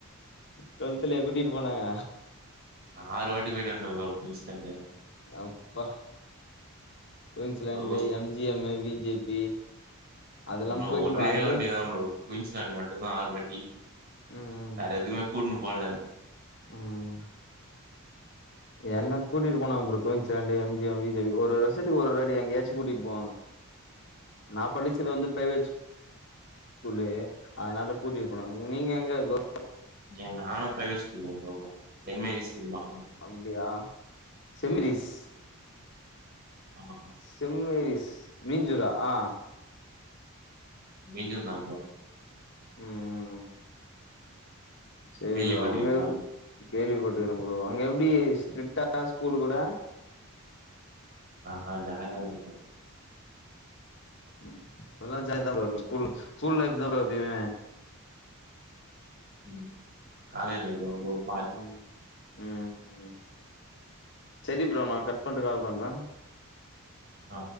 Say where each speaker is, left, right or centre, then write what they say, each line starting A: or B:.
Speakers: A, on the left (about 55°); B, on the right (about 45°).
A: டுவெல்த்லயா கூட்டிட்டு போனாங்க
B: ஆறு வாட்டி போயிட்டு வந்ட்டே ப்ரோ குயின்ஸ்லாண்டு
A: அப் பா Queensland
B: bro
A: M G M மு வி ஜே பி அதெல்லா
B: உ நா
A: போயிட்டோ
B: ஒரே
A: ப்ரோ அதுல
B: வண்டி தா ப்ரோ குயின்ஸ்லாண்ட் மட்டுதா ஆறுவாட்டி
A: ம்
B: வேற எதுமே கூட்டுணு போல
A: ம் என்ன கூட்டிட்டு போனாங்க bro Queensland M G M V J P ஒரு ஒரு வருஷத்து ஒரு ஒரு வாட்டி எங்கயாச்சு கூட்டிட்டு போவாங்க
B: <inaudible>
A: நா படிச்சது வந்து பிரைவேட் ஸ் கூலு அதனால கூட்டிட் போனாங்க நீங்க எங்க ப்ரோ
B: ஏ நானு பிரைவேட் ஸ்கூல் தா ப்ரோ வந்து சென்ட் மேரிஸ் ஸ்கூல் தா ப்
A: அப்டியா செம்மீரீஸ்
B: ஆமா ப்ரோ
A: செம்மேரிஸ் மீஞ்சூரா ஆ
B: மீஞ்சூர் தா ப்ரோ
A: ம் ம் சேரி
B: கேள்விப்பட்டிருக்கீங்களா
A: ப்ரோ அங்க எ கேள்விப்பட்டுக்கிறே ப்ரோ அங்க எப்டி ஸ்ட்ரிட்டா ஸ்கூல் கூட
B: ஆ ஹ ஜாலியா தா ப்ரோ போ
A: ம் அதா ஜாலியா தா ப்ரோ இருக்கு ஸ்கூல்லே ஸ்கூல் லைஃப் தா எப்பயுமே
B: ம் காலைல <unintelligible>
A: ம் ம் சேரி ப்ரோ நா கட் பண்ணிட்டு கால் பண்றே
B: ஆ